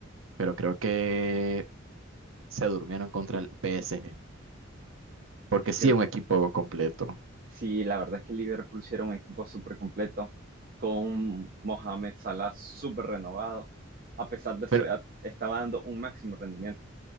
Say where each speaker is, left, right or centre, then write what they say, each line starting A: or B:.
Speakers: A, on the right (about 75°); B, on the right (about 45°).
A: pero creo que se durmieron contra el PSG, porque
B: Es que
A: sí es un equipo completo.
B: Sí, la verdad es que Liverpool sí era un equipo súper completo, con un Mohamed Salah súper renovado. A pesar de su
A: Pero
B: edad, estaba dando un máximo rendimiento.